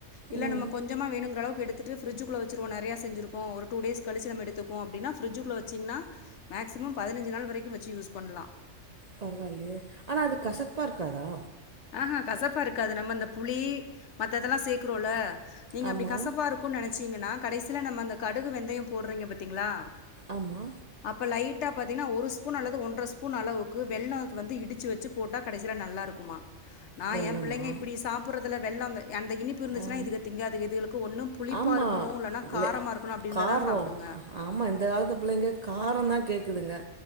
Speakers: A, on the left; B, on the right.
A: இல்ல
B: ம்
A: நம்ம கொஞ்சமா வேணுங்கிறளவுக்கு எடுத்துட்டு ப்ரி்ஜக்குள்ள வச்சிருவோ நெறைய செஞ்சிருக்கோ ஒரு டூ டேஸ் கழிச்சி நம்ம எடுத்து போ அப்டினா பிரிட்ஜ் குள்ள வச்சீங்னா மேக்சிமம் பதினஞ்சி நாள் வரைக்கு வச்சி யூஸ் பண்லா
B: பரவால்லியே ஆனா அது கசப்பா இருக்காதா
A: ஆஹா கசப்பா இருக்காது நம்ம இந்த புளி மத்த இதெல்லா சேக்றோல்ல நீங்க
B: ஆமா
A: அப்டி கசப்பா இருக் கு நெனச்சீங்கனா கடைசில நம்ம அந்த கடுகு வெந்தய போட்றீங்க பாத்தீங்ளா
B: ஆமா
A: அப்ப லைட்டா பாத்தீங்கனா ஒரு ஸ்பூன் அல்லது ஒன்ற ஸ்பூன் அளவுக்கு வெள்ளோ வந்து இடிச்சி வச் சி போட்டா கடைசில நல்லா இருக்குமா நா
B: வெல்லமா
A: எ பிள்ளைங்க இப்டி சாப்புறதுல வெள்ளோ அந்த அந்த இனிப் பு இருந்துச்சுனா
B: ஆ
A: இதுக திங்காதுக இதுகலுக்கு ஒன்னு புளிப்பா
B: ஆமா
A: இருக்கணு இல்லனா
B: இல்ல
A: காரமா இருக்கணு அப்டி இருந்தா
B: காரோ
A: தா சாப்டுங்க
B: ஆமா இந்த காலத்து புள்ளைங்க காராந் தா கேக்குதுங்க